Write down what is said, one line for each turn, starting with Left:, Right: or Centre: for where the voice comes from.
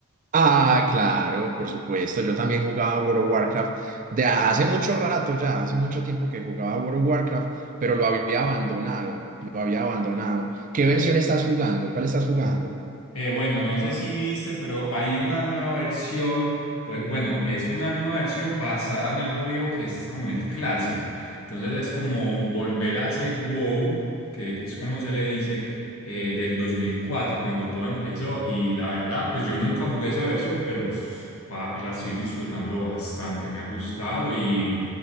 Right: Ah, claro, por supuesto. Yo también jugaba World of Warcraft de hace mucho rato ya, hace mucho tiempo que jugaba World of Warcraft, pero lo había abandonado, lo había abandonado. ¿Qué versión estás jugando? ¿Cuál estás jugando?
Left: Eh, bueno, no sé si viste, pero hay una nueva versión, pues bueno, es una nueva versión basada en algo viejo que es como el Classic. Entonces es como volver a ese WoW, que, que es como se le dice, eh, del 2004 cuando todo empezó. Y la verdad, pues yo nunca jugué esa versión, pero pa- la estoy disfrutando bastante, me ha gustado y